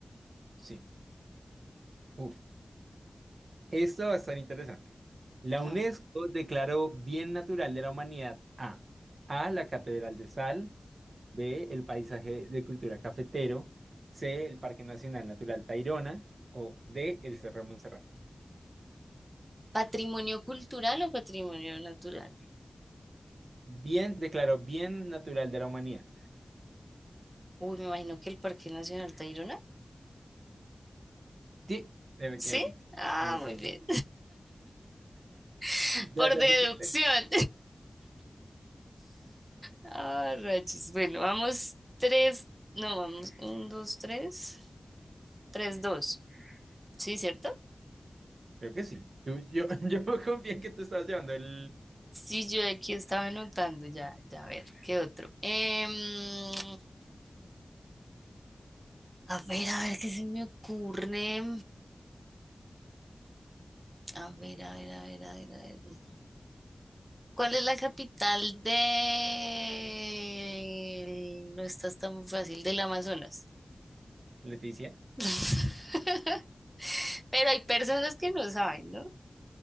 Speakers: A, on the right; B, on the right.
A: sí. Uf. Esto va a estar interesante. La UNESCO
B: A ver.
A: declaró Bien Natural de la Humanidad a A. La Catedral de Sal, B. El Paisaje de Cultura Cafetero, C. El Parque Nacional Natural Tayrona o D. El Cerro de Monserrate.
B: ¿Patrimonio cultural o patrimonio natural?
A: Bien, declaró Bien Natural de la Humanidad.
B: Uy, me imagino que el Parque Nacional Tayrona.
A: Sí, efectivamente.
B: ¿Sí? Ah,
A: Sí me sé.
B: muy bien.
A: <laughs>
B: <laughs> Por
A: Ya, ya
B: deducción.
A: fuiste. usted.
B: Ah, rayos. Bueno, vamos tres, no, vamos, un, dos, tres, tres, dos. ¿Sí, cierto?
A: Creo que sí. Tú- yo, <laughs> yo confié en que tú estabas llevando el
B: Sí, yo aquí estaba anotando, ya, ya, a ver, ¿qué otro? Em, a ver, a ver, ¿qué se me ocurre? A ver, a ver, a ver, a ver, a ver. ¿Cuál es la capital de... No estás tan fácil, del Amazonas.
A: Leticia.
B: <laughs> Pero hay personas que no saben, ¿no?